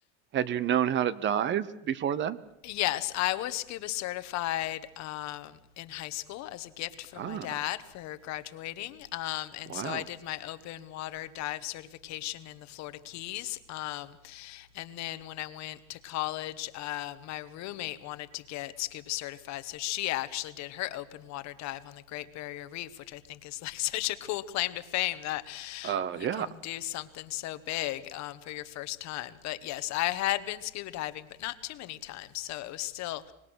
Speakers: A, on the right; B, on the left.
A: Had you known how to dive before that?
B: Yes, I was scuba certified um, in high school as a gift from
A: Ah,
B: my dad for graduating. Um, and
A: wow.
B: so I did my open water dive certification in the Florida Keys. Um, and then when I went to college, uh, my roommate wanted to get scuba certified, so she actually did her open water dive on the Great Barrier Reef, which I think is like <laughs> such a cool claim to fame that
A: Uh,
B: you
A: yeah,
B: can do something so big um, for your first time. But yes, I had been scuba diving, but not too many times, so it was still